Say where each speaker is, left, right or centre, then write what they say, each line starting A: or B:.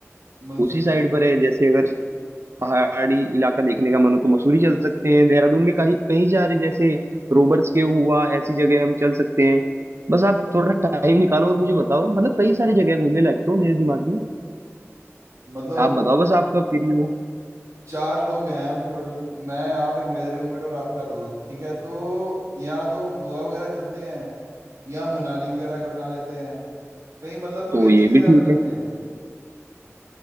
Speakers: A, on the right (about 85°); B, on the right (about 55°).
A: मंसूरी
B: उसी साइड पर है जैसे अगर पहाड़ी इलाका देखने का मन हो तो मसूरी चल सकते हैं देहरादून में कहीं कहीं जा रहे जैसे रोबर्स के हुआ ऐसी जगह हम चल सकते हैं बस आप थोड़ा टाइम निकालो और मुझे बताओ मतलब कई सारी जगह है घूमने लायक तो मेरे दिमाग में
A: मतलब हम
B: आप बताओ बस आपका फ्री हो
A: चार लोग हैं हम टोटल मैं आप एक मेरा रूममेट और आपका दोस्त ठीक है तो यहाँ तो हम गोवा वगैरह चलते हैं या मनाली वगैरह का बना लेते हैं कहीं मतलब थोड़ी
B: तो
A: अच्छी
B: ये भी
A: जगह
B: ठीक
A: पे चलते
B: है
A: हैं